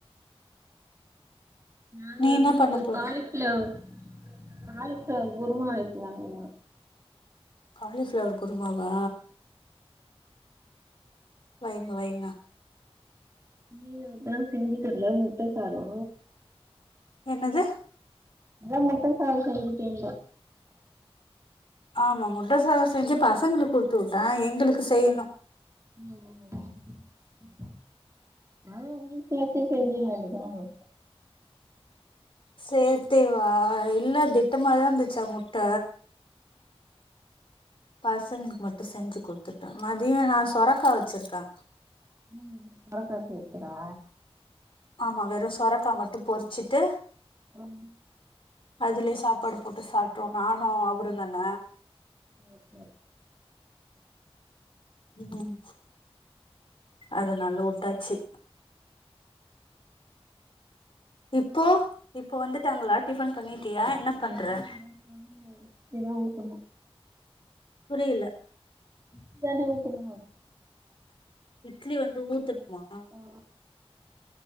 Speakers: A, on the right; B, on the left.
A: நாங்க
B: நீ
A: வந்து
B: என்ன பண்ண போற
A: காலிஃளவர் காலிஃளவர் குருமா வைக்கலான்னு
B: காலிஃப்ளவர் குருமாவா வைங்க வைங்க
A: நீ அதுதா செஞ்சிட்டல்ல முட்ட சாதோ
B: என்னது
A: அதா முட்ட சாதோ செஞ்சிட்டிங்கலே
B: ஆமா முட்ட சாதோ செஞ்சு பசங்களுக்கு குடுத்து விட்டே எங்களுக்கு செய்யணு
A: ம் ம் அதும் உங்களுக்கு சேத்தே செஞ்சிர வேண்டியதான
B: சேத்தே வா இல்ல திட்டமாதா இருந்துச்சா முட்ட பசங்களுக்கு மட்டு செஞ்சு குடுத்துட்டே மதியோ நா சொரக்கா வச்சிருக்கே
A: ம் சொரக்கா இருக்குதா
B: ஆமா வெறு சொரக்கா மட்டு பொறிச்சிட்டு
A: ம்
B: அதுலயே சாப்பாடு போட்டு சாப்ட்ருவோ நானு அவருந்தான
A: ஓகே
B: ம் அதனால உட்டாச்சு இப்போ இப்போ வந்துட்டாங்களா டிபன் பண்ணிட்டியா என்ன பண்ற
A: ஆ இதா பண்ணுங்க. இதா ஊத்தணு
B: புரியல
A: இத்தாலி ஊத்தணுமோ
B: இட்லி வந்து ஊத்தணுமா
A: ஆ